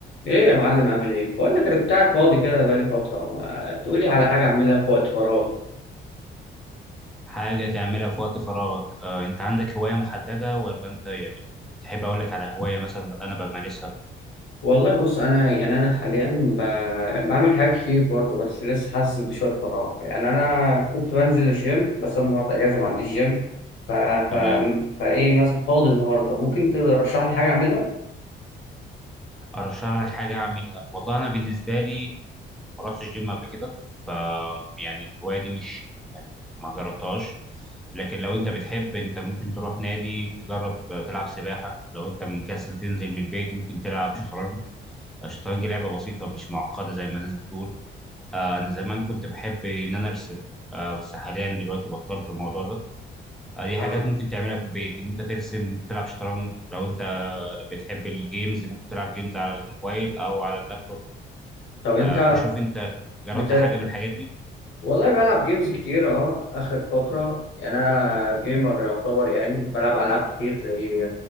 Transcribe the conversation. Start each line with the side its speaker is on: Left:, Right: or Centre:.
Left: ايه يا معلم عامل ايه؟ بقول لك انا كنت قاعد فاضي كده بقالي فترة ما تقول لي على حاجة اعملها في وقت فراغي
Centre: حاجة تعملها في وقت فراغك آه، أنت عندك هواية محددة ولا أنت يعني تحب أقول لك على هواية مثلا أنا بمارسها
Left: والله بص انا يعني انا حاليا ب... بعمل حاجات كتير برضه بس لسه حاسس بشوية فراغ يعني انا كنت بنزل الجيم بس أنا النهارده اجازة ما عنديش جيم ف... ف...
Centre: تمام
Left: فايه مثلا فاضي النهارده ممكن ترشح لي حاجة اعملها؟
Centre: أرشح لك حاجة أعملها والله أنا بالنسبة لي ما رحتش جيم قبل كده ف يعني الهواية دي مش يعني ما جربتهاش لكن لو أنت بتحب أنت ممكن تروح نادي تجرب آه، تلعب سباحة لو أنت مكسل تنزل من البيت ممكن تلعب شطرنج الشطرنج لعبة بسيطة مش معقدة زي ما الناس بتقول آه، أنا زمان كنت بحب إن أنا أرسم آه، بس حاليا دلوقتي بطلت الموضوع ده آه، دي
Left: آه.
Centre: حاجات ممكن تعملها في البيت ان انت ترسم ان انت تلعب شطرنج لو انت بتحب الجيمز ممكن تلعب جيمز على الموبايل او على اللابتوب
Left: طب انت
Centre: آه، فشوف انت جربت
Left: بت...
Centre: حاجه من الحاجات دي
Left: والله بلعب جيمز كتير اه اخر فتره يعني انا جيمر يعتبر يعني بلعب العاب كتير زي